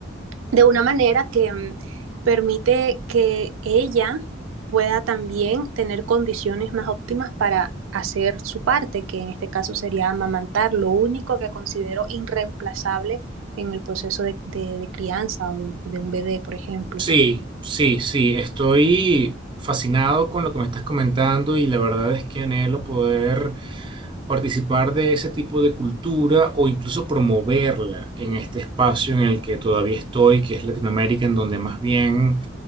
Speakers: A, on the right; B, on the right.
A: de una manera que mm, permite que ella pueda también tener condiciones más óptimas para hacer su parte, que en este caso sería amamantar, lo único que considero irreemplazable en el proceso de, de- de crianza o de, de un bebé, por ejemplo.
B: Sí, sí, sí, estoy fascinado con lo que me estás comentando y la verdad es que anhelo poder participar de ese tipo de cultura o incluso promoverla en este espacio en el que todavía estoy, que es Latinoamérica, en donde más bien